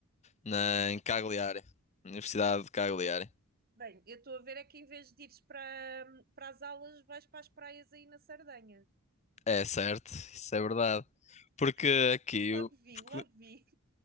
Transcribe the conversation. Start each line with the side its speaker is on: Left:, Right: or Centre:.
Left: na, em Cagliari, Universidade de Cagliari.
Right: Bem, eu estou a ver é que em vez de ires para, para as aulas, vais para as praias aí na Sardenha.
Left: É certo, isso é verdade. Porque
Right: L-
Left: aqui,
Right: Logo
Left: eu-
Right: vi,
Left: porque,
Right: logo vi.